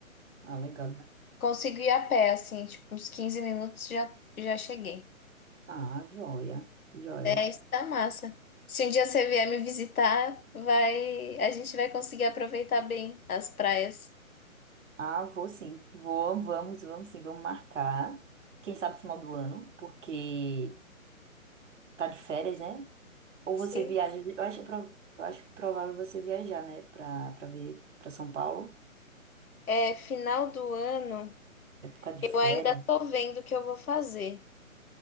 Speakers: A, on the right; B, on the left.
A: Ah, legal.
B: Consigo ir a pé, assim, tipo, uns 15 minutos já, já cheguei.
A: Ah, joia, joia.
B: É, isso tá massa. Se um dia você vier me visitar, vai, a gente vai conseguir aproveitar bem as praias.
A: Ah, vou sim. Vou, vamos, vamos sim, vamos marcar. Quem sabe final do ano, porque tá de férias, né? Ou
B: Sim.
A: você viaja, eu acho, pro- eu acho provável você viajar, né, pra, pra ver, pra São Paulo.
B: É, final do ano,
A: É por causa de
B: eu
A: férias.
B: ainda tô vendo o que eu vou fazer.